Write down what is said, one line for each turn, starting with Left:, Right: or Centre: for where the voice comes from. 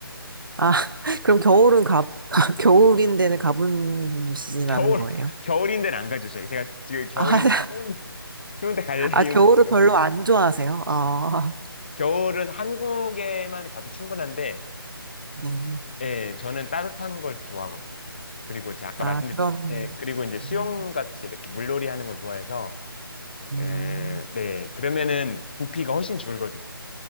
Right: 아, <laughs> 그럼 겨울은 가, 가- 겨울인데는 가보시진
Left: 겨울
Right: 않은 거예요?
Left: <laughs> 겨울인데는 안 가죠. 저희 제가 지금 겨울인데
Right: 아, <laughs>
Left: 추운 추운데 갈
Right: 아,
Left: 이유는
Right: 겨울을
Left: 없고요.
Right: 별로 안 좋아하세요? 아,
Left: 겨울은 한국에만 가도 충분한데
Right: 네.
Left: 예, 저는 따뜻한 걸 좋아하거든요. 그리고 이제 아까
Right: 아,
Left: 말씀드린,
Right: 그럼,
Left: 예, 그리고 이제 수영같이
Right: 음,
Left: 이렇게 물놀이 하는 걸 좋아해서,
Right: 음,
Left: 예, 네. 그러면은 부피가 훨씬 줄거든요.